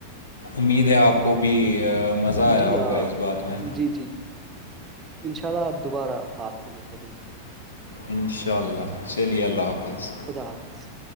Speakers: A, on the left (about 75°); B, on the right (about 20°).
A: امید ہے آپ کو بھی مزہ آیا
B: جی
A: ہوگا
B: آ،
A: اس بات میں
B: جی جی انشاء اللہ دوبارہ بات ہوگی کبھی
A: انشاء اللہ چلیے اللہ حافظ
B: خدا حافظ